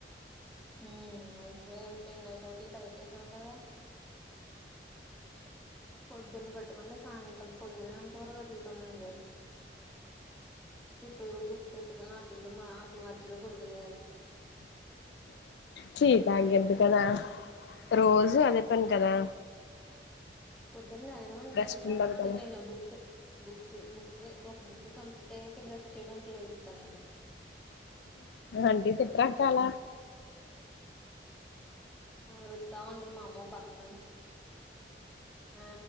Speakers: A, in the centre; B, on the left (about 75°).
A: ఉ అల్సిపోయ అల్కి నైట్ ఔటు తేగ తేసాం కదా పొద్దున్న పట్టుకుంటే సాయింత్రం పొడుకునే అంతవర్కు అటితోనే ఉండాలి చుట్టూరు బుక్స్ ఎట్టుకున్న అట్లల్లో మా అట్లు మజ్యలో బడుకునేదాంన్ని
B: చీత గెదు కదా రోజూ అదే పని కదా
A: పొద్దున్ లేగడమే ఇంగ
B: రెస్ట్
A: నేన్ బ్రాషూ
B: ఉండదు
A: గూడా
B: కదా
A: జెను బుక్స్ బుక్స్ బుక్స్ ఒక బుక్కు కంప్లీట్ అయ్యాక బ్రష్ చేయ్డానికి లేగుతన్నను
B: అంటీ తిట్ట్రాకాల
A: అరూత్తావుంటది మా అమ్మ ఒ పక్క నుంచి ఆ